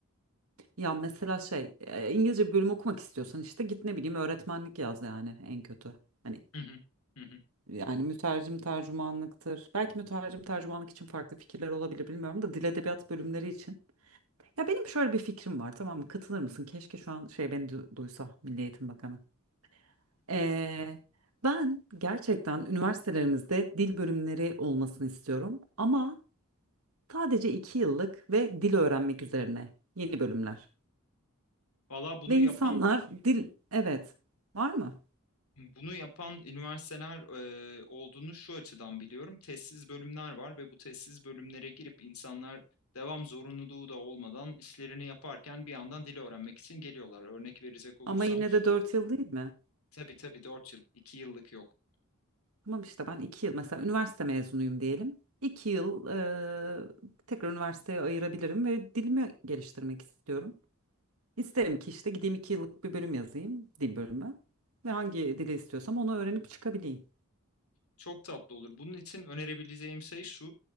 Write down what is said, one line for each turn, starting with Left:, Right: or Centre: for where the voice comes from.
Right: Ya mesela şey e, İngilizce bir bölüm okumak istiyorsan işte git ne bileyim öğretmenlik yaz yani en kötü. Hani
Left: Hı hı, hı hı.
Right: yani mütercim tercümanlıktır. Belki mütercim tercümanlık için farklı fikirler olabilir bilmiyorum da dil edebiyat bölümleri için Ya benim şöyle bir fikrim var tamam mı? Katılır mısın? Keşke şu an şey beni du- duysa Milli Eğitim Bakanı. Ee, ben gerçekten üniversitelerimizde dil bölümleri olmasını istiyorum. Ama sadece iki yıllık ve dil öğrenmek üzerine yeni bölümler.
Left: Valla bunu
Right: Ve insanlar
Left: yapan
Right: dil evet var mı?
Left: bunu yapan üniversiteler e, olduğunu şu açıdan biliyorum. Tezsiz bölümler var ve bu tezsiz bölümlere girip insanlar devam zorunluluğu da olmadan işlerini yaparken bir yandan dili öğrenmek için geliyorlar. Örnek verecek olursam
Right: Ama yine de dört yıl değil mi?
Left: Tabii tabii 4 yıl. iki yıllık yok.
Right: Tamam işte ben iki yıl mesela üniversite mezunuyum diyelim. İki yıl eee, tekrar üniversiteye ayırabilirim ve dilimi geliştirmek istiyorum. İsterim ki işte gideyim iki yıllık bir bölüm yazayım, dil bölümü. Ve hangi dili istiyorsam onu öğrenip çıkabileyim.
Left: Çok tatlı olur. Bunun için önerebileceğim şey şu.